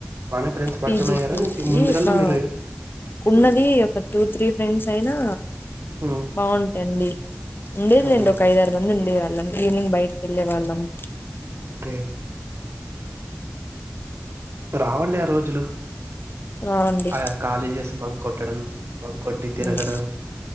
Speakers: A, on the right; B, on the left.
A: బానే ఫ్రెండ్స్ పరిచయం
B: పీజీ
A: అయ్యారా
B: పజ
A: నీకు ముందుగాల్నే
B: మా
A: మీరు
B: ఒన్నది
A: మ్మ్
B: ఒక టూ త్రీ ఫ్రెండ్స్ అయినా
A: మ్మ్
B: బాగుంటుంది ఉండేది
A: అవునవును
B: లేండి ఒక ఐద ఆరు మంది ఉండే వాళ్ళం ఈవినింగ్ బయటకి వెళ్ళే వాళ్ళము
A: ఓకే రావండి ఆ రోజులు
B: బాగుంది
A: ఆ కాలేజెస్ బం కొట్టడం బంక్ కొట్టి తిరగడం
B: ఉమ్